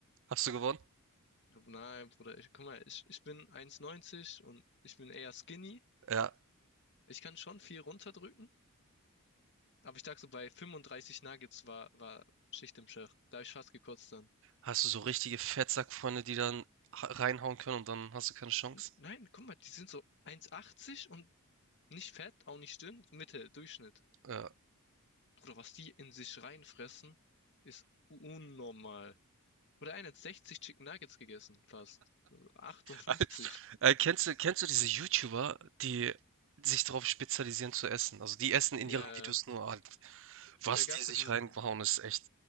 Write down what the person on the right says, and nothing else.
Hast du gewonnen?
Ja.
Hast du so richtige Fettsackfreunde, die dann ha reinhauen können und dann hast du keine Chance?
Ja.
<laughs> Äh, kennst du kennst du diese YouTuber, die sich darauf spezialisieren zu essen? Also, die essen in
ihren Videos nur halt was
die sich
reinhauen, ist echt